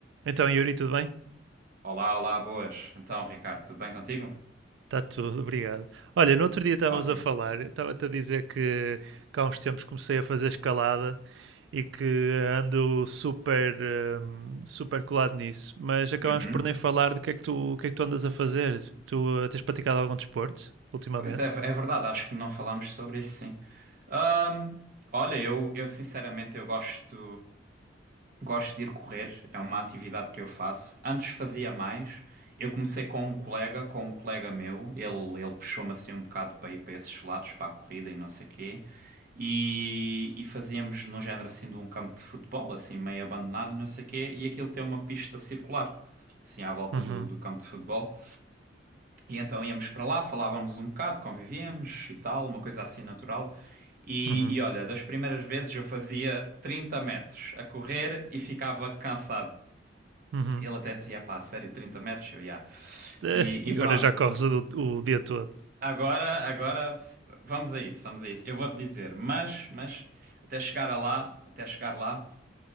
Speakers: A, on the right; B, on the right.
A: Então, Yuri, tudo bem?
B: Olá, olá, boas. Então, Ricardo, tudo bem contigo?
A: Está tudo, obrigado. Olha, no outro dia estávamos
B: Ótimo.
A: a falar, estava-te a dizer que, que há uns tempos comecei a fazer escalada e que ando super, hum, super colado nisso, mas acabamos
B: Uhum.
A: por nem falar do que é que tu, o que é que tu andas a fazer. Tu eh, tens praticado algum desporto ultimamente?
B: Pois é, é verdade, acho que não falámos sobre isso, sim. Ahm, olha, eu, eu sinceramente eu gosto. Gosto de ir correr, é uma atividade que eu faço. Antes fazia mais. Eu comecei com um colega, com um colega meu. Ele, ele puxou-me assim um bocado para ir para esses lados, para a corrida e não sei quê. E, e fazíamos no género assim de um campo de futebol, assim meio abandonado e não sei quê. E aquilo tem uma pista circular, assim à volta
A: Uhum,
B: do, do campo de futebol. E então íamos para lá, falávamos um bocado, convivíamos e tal, uma coisa assim natural. E,
A: uhum,
B: e olha, das primeiras vezes eu fazia 30 metros a correr e ficava cansado.
A: uhum.
B: Ele
A: <laughs>
B: até dizia, pá, sério, 30 metros? Eu, já.
A: Eh,
B: E, e
A: e
B: pronto,
A: agora já corres o, o dia todo.
B: agora, agora s- vamos a isso, vamos a isso. Eu vou-te dizer, mas, mas, até chegar a lá, até chegar lá,